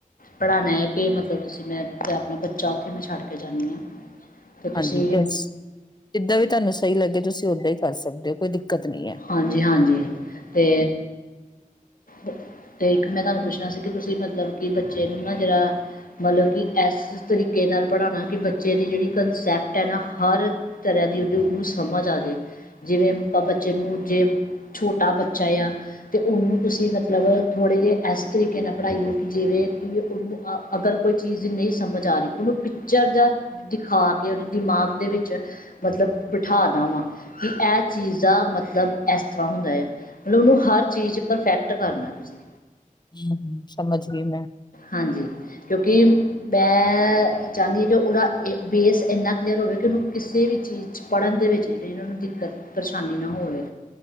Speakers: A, on the left (about 80°); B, on the left (about 30°).
A: ਪੜ੍ਹਾਣਾ ਹੈ ਕਿ ਮਤਲਬ ਤੁਸੀਂ ਮੈਂ ਜਾਂ ਆਪਣਾ ਬੱਚਾ ਜੋਬ ਤੇ ਮੈਂ ਛੱਡ ਕੇ ਜਾਂਦੀ ਹਾਂ ਅਤੇ
B: ਹਾਂਜੀ
A: ਤੁਸੀ
B: ਜਸ ਜਿੱਦਾਂ ਵੀ ਤੁਹਾਨੂੰ ਸਹੀ ਲੱਗੇ ਤੁਸੀ ਓਦਾਂ ਹੀ ਕਰ ਸਕਦੇ ਹੋ ਕੋਈ ਦਿੱਕਤ ਨਹੀਂ ਹੈ।
A: ਹਾਂਜੀ- ਹਾਂਜੀ ਤੇ ਅਤੇ ਇੱਕ ਮੈਂ ਤੁਹਾਨੂੰ ਪੁੱਛਣਾ ਸੀ। ਕਿ ਤੁਸੀ ਮਤਲਬ ਕਿ ਬੱਚੇ ਨੂੰ ਨਾ ਜਰਾ ਮਤਲਬ ਕਿ ਇਸ ਤਰੀਕੇ ਨਾਲ ਪੜ੍ਹਾਣਾ ਕਿ ਬੱਚੇ ਦੀ ਜਿਹੜੀ ਕੰਸੈਪਟ ਹੈ ਨਾ ਹਰ ਤਰ੍ਹਾਂ ਦੀ ਉਹਦੀ ਉਹਨੂੰ ਸਮਝ ਆ ਜਾਏ ਜਿਵੇਂ ਆਪਾਂ ਜੇ ਨੂੰ ਜੇ ਛੋਟਾ ਬੱਚਾ ਆ ਤੇ ਉਹਨੂੰ ਤੁਸੀ ਮਤਲਬ ਮਤਲਬ ਥੋੜ੍ਹੇ ਜਿਹੇ ਇਸ ਤਰੀਕੇ ਨਾਲ ਪੜ੍ਹਾਈ ਹੋ ਕਿ ਜਿਵੇਂ ਕਿ ਉਹਨੂੰ ਅਗਰ ਕੋਈ ਚੀਜ਼ ਨਹੀਂ ਸਮਝ ਆ ਰਹੀ ਉਹਨੂੰ ਪਿਚਰ ਜਾਂ ਦਿਖਾ ਕੇ ਉਹਦੇ ਦਿਮਾਗ ਦੇ ਵਿੱਚ ਮਤਲਬ ਬਿਠਾਣਾ ਵਾਂ ਕਿ ਇਹ ਚੀਜ਼ ਜਾਂ ਮਤਲਬ ਇਸ ਤਰ੍ਹਾਂ ਹੁੰਦਾ ਆ ਮਤਲਬ ਉਹਨੂੰ ਹਰ ਚੀਜ਼ ਪਰਫੈਕਟ ਕਰਨਾ ਤੁਸੀ
B: ਹੂੰ ਸਮਝ ਗਈ ਮੈਂ
A: ਹਾਂਜੀ ਕਿਉਂਕਿ ਮੈਂ ਚਾਹੁੰਦੀ ਹਾਂ ਕਿ ਉਹਦਾ ਬੇਸ ਇੰਨਾ ਕਲੀਅਰ ਹੋਵੇ ਕਿ ਉਹਨੂੰ ਕਿਸੇ ਵੀ ਚੀਜ਼ ਪੜ੍ਹਨ ਦੇ ਵਿੱਚ ਜਿਹੜੀ ਇਹਨਾਂ ਨੂੰ ਦਿੱਕਤ ਪਰੇਸ਼ਾਨੀ ਨਾ ਹੋਵੇ।